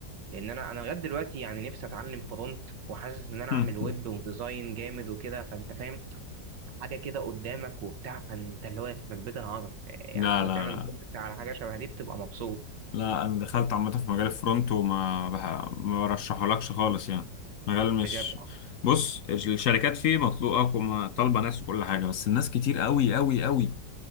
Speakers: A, on the right; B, on the left.
A: لان انا انا لغايه دلوقتي يعني نفسي اتعلم فرونت وحاسس ان انا
B: <laughs>
A: اعمل ويب وديزاين جامد وكده فانت فاهم حاجه كده قدامك وبتاع فانت اللي هو يخرب بيت العظمه يعني
B: لا
A: لما
B: لا
A: تعمل
B: لا
A: كونتنت على حاجه شبه دي بتبقى مبسوط
B: لا انا دخلت عامه في مجال الفرونت وما بح... ما برشحهولكش خالص يعني مجال مش
A: بجد
B: بص الشركات فيه مطلوبه وما طالبه ناس وكل حاجه بس الناس كتير قوي قوي قوي